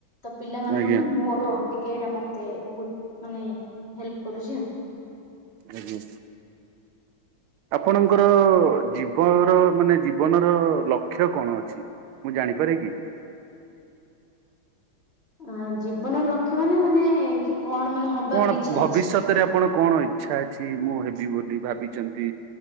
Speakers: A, on the left (about 30°); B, on the right (about 85°).
A: ତ ପିଲାମାନଙ୍କ
B: ଆଜ୍ଞା ଆଜ୍ଞା
A: ଠୁ ମୋର ଟି କେ ଇଟା ମତେ ବହୁତ ମାନେ ହେଲ୍ପ କରୁଛି ଆଉ।
B: ଆଜ୍ଞ। ଆପଣଙ୍କର ଜୀବର ମାନେ ଜୀବନର ଲକ୍ଷ୍ୟ କଣ ଅଛି? ମୁଁ ଜାଣିପାରେ କି?
A: ଆ ଜୀବନର ଲକ୍ଷ୍ୟ ମାନେ ମାନେ କି କଣ ମାନେ ହବାକୁ
B: କଣ
A: ଇଚ୍ଛା
B: ଭବିଷ୍ୟତରେ
A: ଅଛି
B: ଆପଣ କଣ ଇଛା ଅଛି ମୁଁ ହେବି ବୋଲି ଭାବିଚନ୍ତି।